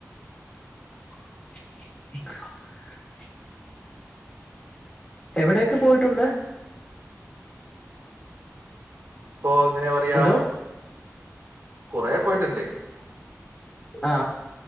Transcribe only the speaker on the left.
<unintelligible> എവിടെയൊക്കെ പോയിട്ടുണ്ട്
എന്തോ
ആ